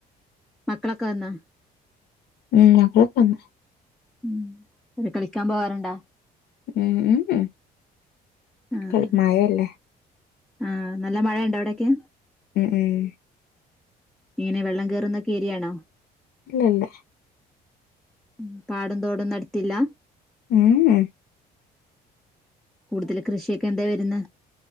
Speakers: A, in the centre; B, on the left.
A: മക്കളൊക്കെ വന്നാ
B: മ് മക്കളൊക്കെ വന്ന്
A: മ് ഓല് കളിക്കാൻ പോകാറുണ്ടാ
B: മ് മ് മ്മ്
A: ആഹ്
B: കളി മയ അല്ലേ?
A: ആഹ് നല്ല മഴയുണ്ടോ അവിടൊക്കെ?
B: ഉം ഉം
A: എങ്ങനെ വെള്ളം കയറുന്നൊക്കെ ഏരിയാണോ?
B: അല്ലല്ല
A: ഉം കാടും തോടും ഒന്നും അടുത്തില്ല.
B: <unintelligible>
A: കൂടുതല് കൃഷിയൊക്കെ എന്താ വരുന്നെ